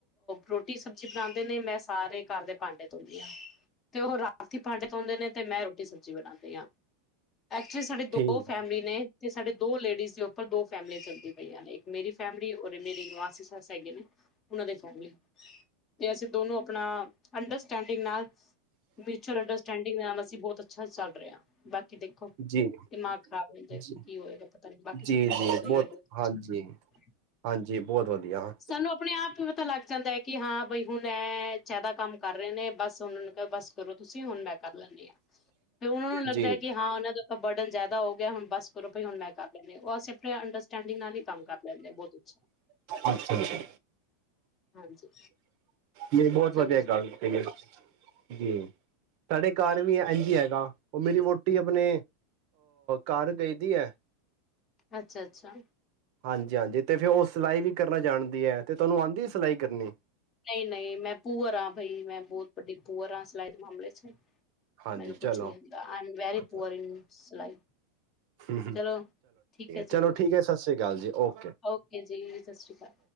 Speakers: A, on the left; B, on the right.
A: ਰੋਟੀ ਸਬਜ਼ੀ ਬਣਾਂਦੇ ਨੇ ਮੈਂ ਸਾਰੇ ਘਰ ਦੇ ਭਾਂਡੇ ਧੋਣੀ ਆ ਤੇ ਉਹ ਰਾਤ ਦੇ ਭਾਂਡੇ ਦੋਉਂਦੇ ਨੇ ਤੇ ਮੈਂ ਰੋ ਸਬਜ਼ੀ ਬਣਾਦੇ ਆ ਐਕਚੁਲੀ ਸਾਡੀ
B: ਠੀਕ
A: ਦੋ ਫੈਮਿਲੀ ਨੇ ਤੇ ਸਾਡੇ ਦੋ ਲੇਡੀਜ਼ ਦੇ ਉੱਪਰ ਦੋ ਫੈਮਲੀਆਂ ਚੱਲਦੀ ਪਈਆਂ ਨੇ ਇੱਕ ਮੇਰੀ ਫੈਮਿਲੀ ਰੇ ਮੇਰੀ ਮਾਸੀ ਸੱਸ ਹੈਗੇ ਨੇ ਉਹਨਾਂ ਦੇ ਫੈਮਲੀ ਤੇ ਅਸੀਂ ਦੋਨੋ ਆਪਣਾ ਅੰਡਸਟੈਂਡਿੰਗ ਨਾਲ ਮਿਚੂਅਲ ਅਨਡਰਸਟੈਂਡਿੰਗ ਨਾਲ ਅਸ ਅਸੀਂ ਬਹੁਤ ਅੱਛਾ ਚੱਲ ਰਿਹੇ ਹਾਂ ਬਸ ਕਿ ਦੇਖੋ
B: ਜੀ
A: ਦਿਮਾਗ ਖ਼ਰਾਬ ਹੋ
B: ਜੀ
A: ਜਾ ਕੀ ਹੋਏਗਾ ਪਤਾ ਨੀ ਬਾਕੀ
B: ਜੀ
A: ਸਭ
B: ਜੀ
A: ਕੁਛ ਤ ਸਹੀ
B: ਬਹੁਤ
A: ਹੈ ਬਹੁਤ
B: ਹਾਂਜੀ ਹਾਂਜੀ ਬਹੁਤ ਵਧੀਆ
A: ਸਾਨੂੰ ਆਪਣੇ ਆਪ ਨੂੰ ਪਤਾ ਲੱਗ ਜਾਂਦਾ ਹੈ ਕਿ ਹਾਂ ਬਈ ਹੁਣ ਇਹ ਜ਼ਿਆਦਾ ਕੰਮ ਕਰ ਰਹੇ ਨੇ ਬਸ ਹੁਣ ਬਸ ਕਰੋ ਤੁਸੀਂ ਹੁਣ ਮੈਂ ਕਰ ਲੈਣੀ ਆ ਫਿਰ ਉਹਨਾਂ ਨੂੰ ਲੱਗਦਾ
B: ਜੀ
A: ਕਿ ਹਾਂ ਉਹਨਾਂ ਦਾ ਤਾਂ ਬਰਡਨ ਜ਼ਿਆਦਾ ਹੋ ਗਿਆ, ਹੁਣ ਬਸ ਕਰੋ ਵੀ ਹੁਣ ਮੈਂ ਕਰ ਲੇਨੀ ਆ ਉਹ ਸਟੈਂਡਿੰਗ ਨਾਲ ਹੀ ਕੰਮ ਕਰ ਲੈਂਦੇ ਬਹੁਤ ਅੱਛਾ
B: ਅੱਛਾ ਜੀ,
A: ਹਾਂਜੀ
B: ਨਹੀਂ ਬਹੁਤ
A: ਚਲੋ
B: ਵਧੀਆ
A: ਜੀ
B: ਗੱਲ ਕਈ ਐ। ਜੀ ਸਾਡੇ ਘਰ ਵੀ ਇਝ ਹੈਗਾ, ਉਹ ਮੇਰੀ ਵੋਟੀ ਆਪਣੇ ਘਰ ਗਈ ਦੀ ਹੈ।
A: ਅੱਛਾ-ਅੱਛਾ
B: ਹਾਂਜੀ-ਹਾਂਜੀ ਤੇ ਫਿਰ ਉਹ ਸਿਲਾਈ ਵੀ ਕਰਨਾ ਜਾਣਦੀ ਹੈ, ਤੇ ਤੁਹਾਨੂੰ ਆਦੀ ਐ ਸਿਲਾਈ ਕਰਨੀ।
A: ਨਹੀਂ-ਨਹੀਂ ਮੈਂ ਪੂਵਰ ਹਾਂ ਬਾਈ ਮੈਂ ਬਹੁਤ ਵੱਡੀ ਪੂਆਰ ਸਲਾਈਡ ਮਾਮਲੇ ਵਿੱਚ
B: ਹਾਂਜੀ
A: ਮੈਨੂੰ ਕੁਛ
B: ਚਲੋ
A: ਨੀ ਆਦਾ ਐਮ ਵੇਰੀ
B: ਅੱਛਾ,
A: ਪੂਆਰ ਇਨ ਸਿਲਾਈ
B: ਚ
A: ਚਲੋ, ਠੀਕ ਹੈ
B: ਚਲੋ
A: ਜੀ।
B: ਠੀਕ ਹੈ ਸਤਿ ਸ਼ੀ ਅਕਾਲ ਜੀ ਓਕ
A: ਓਕੇ ਜੀ ਸਤਿ ਸ਼੍ਰੀ ਅਕਾਲ,